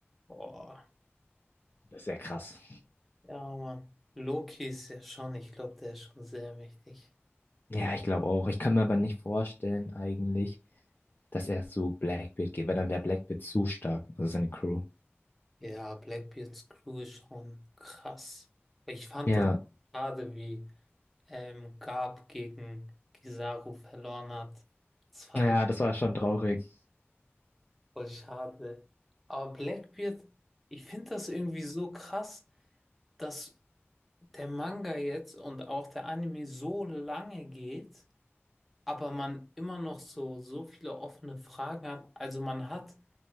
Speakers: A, in the centre; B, on the left.
A: Boah.
B: Das ist ja krass.
A: Ja, Mann. Loki ist ja schon, ich glaube, der ist schon sehr mächtig.
B: Ja, ich glaube auch. Ich kann mir aber nicht vorstellen eigentlich, dass er zu Blackbeard geht, weil dann wäre Blackbeard zu stark, also seine Crew.
A: Ja, Blackbeards Crew ist schon krass. Ich fand
B: Ja,
A: das schade, wie ähm, Garp gegen Kizaru verloren hat. Das fand
B: ja,
A: ich
B: das war schon traurig.
A: voll schade. Aber Blackbeard, ich finde das irgendwie so krass, dass der Manga jetzt und auch der Anime so lange geht, aber man immer noch so, so viele offene Fragen hat. Also man hat